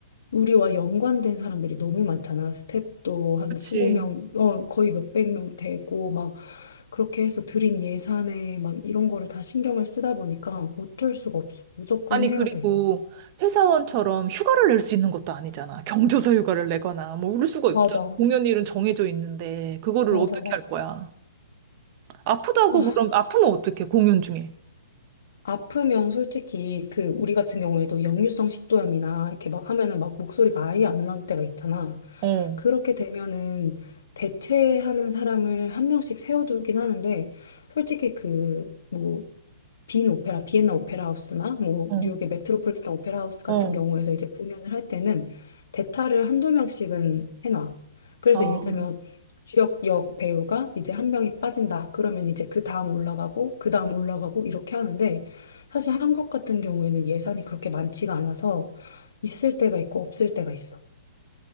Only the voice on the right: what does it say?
그치.
아니,
그리고
회사원처럼 휴가를 낼 수 있는 것도 아니잖아. 경조사 휴가를 내거나, 뭐, 울 수가
없잖아. 공연일은 정해져 있는데, 그거를
어떻게
할 거야? 아프다고
그럼, 아프면 어떡해, 공연 중에.
어,
어,
어.
아,